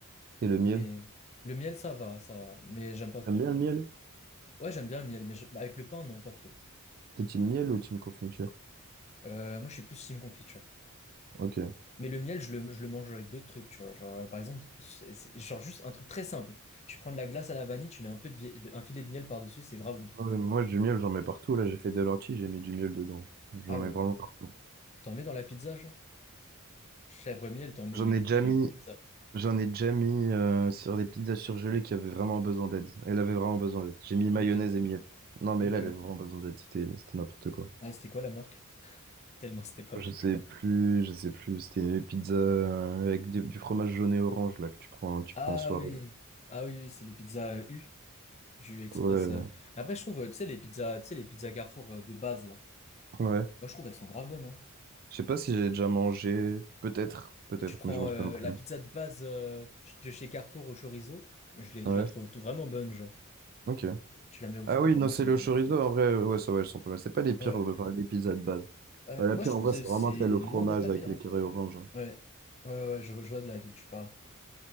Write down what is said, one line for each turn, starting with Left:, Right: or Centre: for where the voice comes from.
Right: Et le miel?
Left: Mais le miel, ça va, ça va. Mais j'aime pas trop.
Right: T'aimes bien le miel?
Left: Ouais, j'aime bien le miel, mais je- avec le pain, non, pas trop.
Right: T'es team miel ou team confiture?
Left: Euh, moi, je suis plus team confiture.
Right: Ok.
Left: Mais le miel, je le, je le mange avec d'autres trucs, tu vois. Genre, euh, par exemple, c'est- c'est- genre juste un truc très simple. Tu prends de la glace à la vanille, tu mets un peu de, vie- de- un filet de miel par-dessus, c'est grave bon.
Right: Ah ouais, moi, du miel, j'en mets partout. Là, j'ai fait des lentilles, j'ai mis du miel dedans. J'en
Left: Ah
Right: mets
Left: ouais.
Right: vraiment partout.
Left: T'en mets dans la pizza, genre? Chèvre miel, t'en mets,
Right: J'en
Left: mais
Right: ai déjà
Left: dans les
Right: mis,
Left: autres pizzas.
Right: j'en ai déjà mis euh, sur des pizzas surgelées qui avaient vraiment besoin d'aide. Elle avait vraiment besoin d'aide. J'ai mis mayonnaise
Left: Ok,
Right: et miel. Non, mais
Left: ok.
Right: là, elle avait vraiment besoin d'aide. C'était, c'était n'importe quoi.
Left: Ah, c'était quoi la marque? Tellement c'était pas bon.
Right: Je sais
Left: je-
Right: plus, je sais plus. C'était une pizza euh, avec des- du fromage jaune et orange là que tu prends, tu
Left: Ah
Right: prends en soirée.
Left: oui. Ah oui, oui, c'est les pizzas euh, U, du Express.
Right: Ouais,
Left: euh. Mais Après, je trouve, euh, tu sais, les pizzas, tu sais, les pizzas Carrefour euh, de base, là.
Right: ouais.
Left: Moi, je trouve elles sont grave bonnes, hein.
Right: Je sais pas si j'ai déjà mangé. Peut-être, peut-être,
Left: Tu prends
Right: mais je m'en
Left: euh,
Right: souviens plus.
Left: la pizza de base euh, de chez Carrefour au chorizo, je, l'ai-
Right: Ouais,
Left: je la trouve vraiment bonne, genre.
Right: ok.
Left: Tu la mets au
Right: Ah
Left: four,
Right: oui,
Left: vraiment,
Right: non, c'est
Left: c'est
Right: le
Left: bon.
Right: chorizo. En vrai, ouais, ça va, elles sont pas mal. C'est pas les pires,
Left: Ouais,
Right: euh, enfin, les pizzas de base.
Left: ouais.
Right: Bah, la
Left: Moi,
Right: pire,
Left: je trouve
Right: en vrai,
Left: que
Right: c'est
Left: c'est
Right: vraiment celle au fromage
Left: loin d'être la
Right: avec
Left: pire,
Right: les
Left: hein.
Right: carrés orange.
Left: Ouais, ouais, ouais, je, je vois de laquelle tu parles.